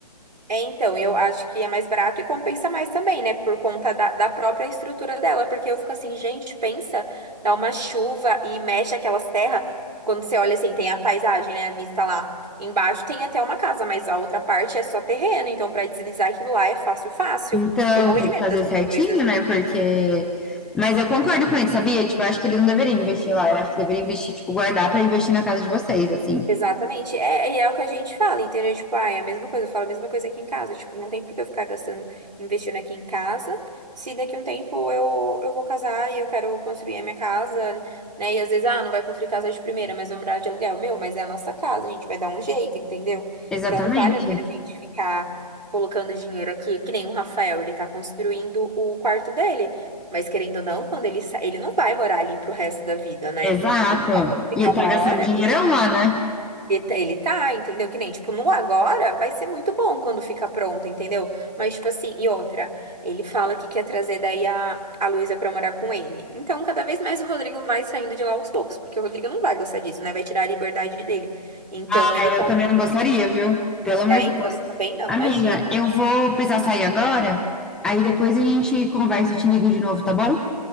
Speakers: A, on the right (about 80°); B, in the centre.
A: É, então, eu acho que é mais barato e compensa mais também, né? Por conta da, da própria estrutura dela. Porque eu fico assim, gente, pensa, dá uma chuva e mexe aquelas terras. Quando você olha assim, tem a paisagem, né? A vista lá embaixo tem até uma casa, mas a outra parte é só terreno. Então, pra deslizar aquilo lá é fácil, fácil.
B: Então,
A: Eu morro
B: tem
A: de medo
B: que fazer
A: dessas
B: certinho,
A: coisas.
B: né? Porque. Mas eu concordo com ele, sabia? Tipo, eu acho que eles não deveriam investir lá. Eu acho que deveriam investir, tipo, guardar pra investir na casa de vocês, assim.
A: Exatamente. É, e é o que a gente fala, entendeu? Tipo, ah, é a mesma coisa, eu falo a mesma coisa aqui em casa. Tipo, não tem por que eu ficar gastando, investindo aqui em casa, se daqui a um tempo eu, eu vou casar e eu quero construir a minha casa, né? E às vezes, ah, não vai construir casa de primeira, mas vai morar de aluguel. Meu, mas é a nossa casa, a gente vai dar um jeito, entendeu?
B: Exatamente.
A: Então não vale a pena a gente ficar colocando dinheiro aqui, que nem o Rafael, ele tá construindo o quarto dele. Mas querendo ou não, quando ele sa... ele não vai morar ali pro resto da vida, né?
B: Exato.
A: Ele vai chegar
B: E tá
A: uma
B: gastando
A: hora,
B: dinheirão
A: ele
B: lá, né?
A: e tá- Ele tá, entendeu? Que nem, tipo, no agora vai ser muito bom quando ficar pronto, entendeu? Mas, tipo assim, e outra, ele fala que quer trazer daí a, a Luísa pra morar com ele. Então, cada vez mais o Rodrigo vai saindo de lá aos poucos, porque o Rodrigo não vai gostar disso, né? Vai tirar a liberdade dele. Então,
B: Ah,
A: ele.
B: eu
A: con-
B: também não gostaria, viu? Pelo amor
A: É,
B: de
A: então,
B: Deus.
A: eu também não,
B: Amiga,
A: imagina.
B: eu vou precisar sair agora. Aí depois a gente conversa, eu te ligo de novo, tá bom?